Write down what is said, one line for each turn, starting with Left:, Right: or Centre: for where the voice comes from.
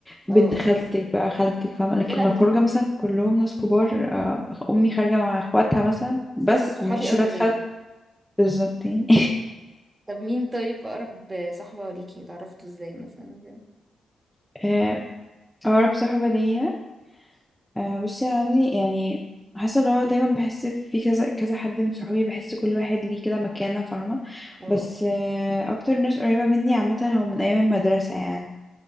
Centre: بنت
Right: اه
Centre: خالتك بقى خالتك فاهمه لكن
Right: لا لا
Centre: لو
Right: بتحب
Centre: خروجه مثلا كلهم ناس كبار آه امي خارجه مع اخواتها مثلا بس
Right: لا، صحابي
Centre: مفيش
Right: اولى
Centre: ولاد
Right: بيا
Centre: خالتي بالظبط يعني
Right: طب مين طيب اقرب صاحبه ليكي اتعرفتوا ازاي مثلا كده
Centre: <laughs> آه، اقرب صاحبه ليا آه بصي أنا عندي يعني حاسه اللي هو دايما بحس في كذا كذا حد من صحابي بحس كل واحد ليه كده مكانه فاهمه
Right: اه
Centre: بس آه اكتر ناس قريبه مني عامه هو من ايام المدرسه يعني